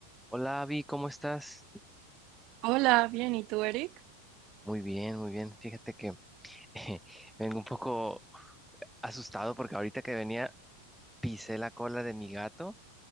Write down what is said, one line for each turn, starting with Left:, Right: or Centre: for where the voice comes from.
Centre: Hola, Avi, ¿cómo estás?
Right: Hola, bien, ¿y tú, Eric?
Centre: Muy bien, muy bien. Fíjate que <laughs> vengo un poco asustado porque ahorita que venía pisé la cola de mi gato